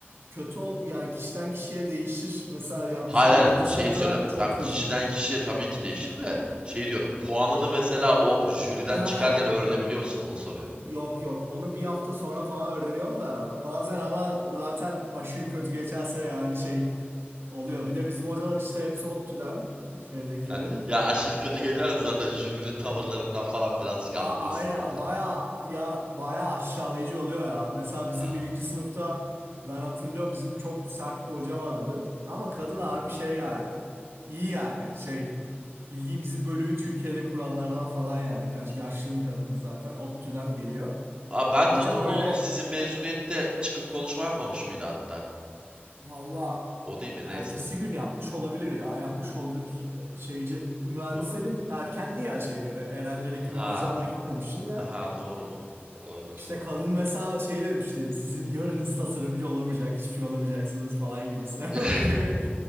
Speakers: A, on the right; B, on the right.
A: kötü ol yani kişiden kişiye değişir. Mesela ya
B: Hayır
A: bizim
B: hayır
A: birinci
B: şeyi
A: sınıfta
B: söylem.
A: çok
B: Tamam
A: feciydi.
B: kişiden kişiye
A: Ha.
B: tabii ki değişir de şey diyorum. Puanını mesela o jüriden
A: Ha.
B: çıkarken öğrenebiliyor musun? Onu soruyorum.
A: Yok yok onu bir hafta sonra falan öğreniyorsun da bazen ama zaten aşırı kötü geçerse yani şey oluyor. Bir de bizim hocalar işte hepsi ODTÜ'den şeydekilerin.
B: Heh, ya aşırı kötü
A: O,
B: geçerse zaten jürinin tavırlarından falan birazcık anlıyorsundur
A: A- aynen
B: ha.
A: baya ya baya aşağılayıcı oluyor ya. Mesela bizim
B: Ha,
A: birinci sınıfta ben hatırlıyorum bizim çok sert bir hoca vardı. Ama kadın
B: aha.
A: harbi şey yani iyi yani şey bildiğim bizim bölümü Türkiye'de kuranlardan falan yani kaç yaşlı bir kadındı zaten ODTÜ'den geliyor.
B: Ha, ben
A: Hoca
B: tanıyorum
A: böyle
B: lan onu. Sizin mezuniyette çıkıp konuşma yapmamış mıydı hatta?
A: valla
B: O değil mi? Neyse.
A: ertesi gün yapmış olabilir ya yapmış olabilir şeyci mühendislerin
B: Bilmiyorum.
A: erkendi ya şeyleri Erenlerinki
B: Ha,
A: ben o yüzden ona gitmemiştim de.
B: ha doğru. Olabilir
A: İşte
B: tamam.
A: kadın mesela şey demişti. Sizin yarınız tasarımcı olamayacak, hiçbir şey olamayacaksınız falan gibisine.
B: <laughs>
A: <laughs> Öyle bir